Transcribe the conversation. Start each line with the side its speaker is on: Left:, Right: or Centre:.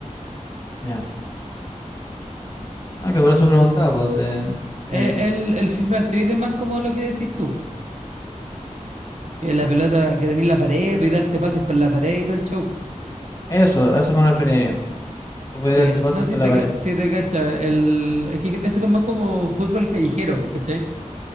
Left: Ya. Ah, que por eso preguntaba, pues. de-
Right: Eh,
Left: que-
Right: El, el FIFA Street es más como lo que decís tú, que la pelota, que tenés la pared pues, y darte pases con la pared y todo el show.
Left: eso, a eso me refería yo. Que podía
Right: Sí,
Left: darte pasos
Right: no, sí
Left: con la
Right: te,
Left: pared.
Right: ca- sí te cacha. El, es que eso es más como fútbol callejero, po, ¿cachai?